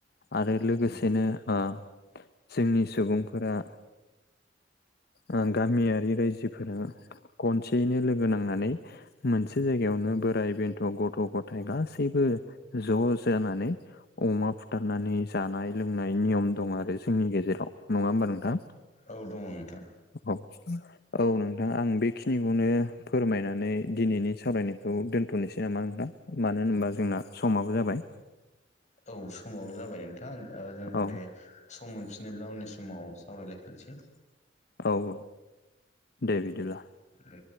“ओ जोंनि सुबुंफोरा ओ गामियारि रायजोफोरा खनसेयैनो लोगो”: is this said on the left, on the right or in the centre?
Left